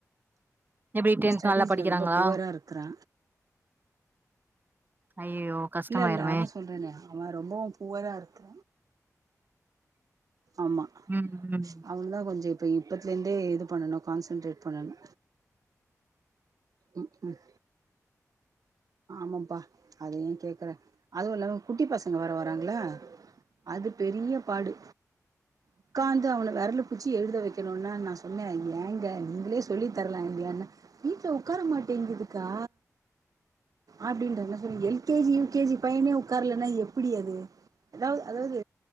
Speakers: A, on the right; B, on the right.
A: எப்டி டென்த்
B: ஸ்டடிஸ்ல
A: நல்லா படிக்கிறாங்களா
B: ரொம்போ பூவரா இருக்குறா
A: ஐயையோ கஷ்டமாயிருமே
B: இல்ல இல்ல அதா சொல்றனே அவ ரொம்பவு புவரா இருக்க ஆமா
A: ம் ம்
B: அவன தா கொஞ்சோ இப்போ இப்பத்துலேந்தே இது பண்ணணு கான்சன்ட்ரேட் பண்ணணு ம் ம் ஆமாம்ப்பா அத ஏ கேக்குற அதுவு இல்லாம குட்டி பசங்க வேர வராங்களா அது பெரிய பாடு உக்காந்து அவன விரல பூச்சி எழுத வெக்கணும்னா நா சொன்னே ஏங்க நீங்களே சொல்லி தரலாங்களான வீட்ல உக்கார மாட்டேங்குதுக்கா அப்டின்ற என்ன சொல்லங்க L K G U K G பையனே உக்கார்லனா எப்டி அது அதா அதாவது